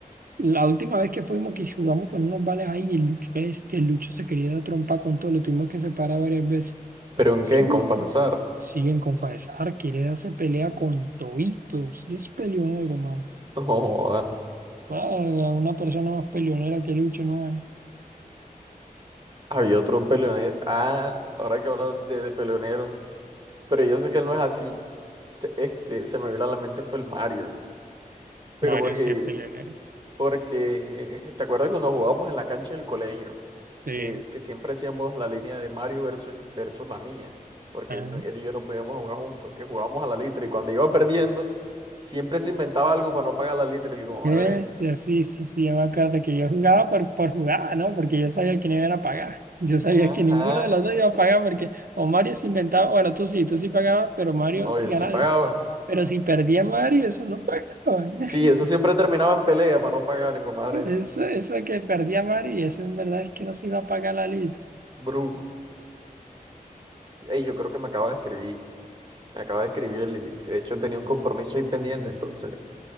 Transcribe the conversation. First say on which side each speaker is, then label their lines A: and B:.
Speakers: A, on the right (about 75°); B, on the right (about 30°).
A: La última vez que fuimos que jugamos con unos vales ahí, el Lucho, este, el Lucho se quería dar trompa con todo, lo tuvimos que separar varias veces.
B: ¿Pero en
A: Sí,
B: qué? ¿En Confa
A: sí,
B: Cesar? <laughs>
A: siguen con Faesar, quiere darse pelea con Tobito, sí es peleonero, man.
B: No, joda.
A: Vaya, una persona más peleonera que Lucho no es.
B: había otro peleonero. Ah, ahora que hablo de, de peleonero. Pero yo sé que él no es así. Este, este, se me vino a la mente fue el Mario. Pero
A: Mario
B: porque
A: sí es peleonero,
B: Porque, ¿te acuerdas cuando jugábamos en la cancha del colegio?
A: sí.
B: Que, que siempre hacíamos la línea de Mario versus, versus la mía. Porque
A: Ah,
B: él, no- él y yo no podíamos jugar juntos, que jugábamos a la litra. Y cuando iba perdiendo, siempre se inventaba algo para no pagar la litra. Y le digo,
A: Este,
B: madres.
A: sí, sí, sí, yo me acuerdo que yo jugaba por, por jugada, ¿no? Porque yo sabía que no iban a pagar. Yo sabía
B: Ajá.
A: que ninguno de los dos iba a pagar porque o Mario se inventaba, bueno, tú sí, tú sí pagabas, pero Mario
B: No,
A: sí
B: yo
A: ganaba.
B: sí pagaba.
A: Pero si perdía Mario, eso no pagaba.
B: Sí,
A: <laughs>
B: eso siempre terminaba en pelea para no pagar. Y digo, madres,
A: Eso, eso que perdía Mario, eso en verdad es que no se iba a pagar la lista.
B: brujo. Ey, yo creo que me acaba de escribir. Me acaba de escribir él y de hecho tenía un compromiso ahí pendiente. Entonces,